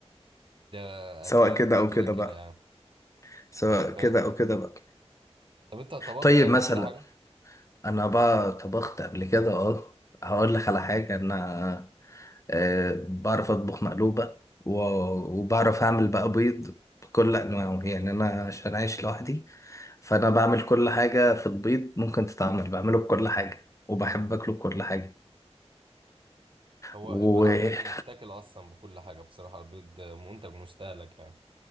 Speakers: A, on the right; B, on the left.
A: ده
B: سواء
A: اكيد
B: كده
A: ده
B: او
A: كده
B: كده
A: كده
B: بقى
A: يعني
B: سواء
A: ده فعلا
B: كده او كده بقى
A: طب انت طبخت
B: طيب
A: قبل
B: مثلا
A: كده حاجه
B: انا بقى طبخت قبل كده اه هقول لك على حاجه انا آه، بعرف اطبخ مقلوبه و- وبعرف اعمل بقى بيض بكل انواعه يعني انا عشان عايش لوحدي فانا بعمل كل حاجه في البيض ممكن تتعمل بعمله بكل حاجه وبحب اكله بكل حاجه
A: هو
B: وايوه
A: البيض عامه يتاكل اصلا بكل حاجه بصراحه البيض منتج مستهلك يعني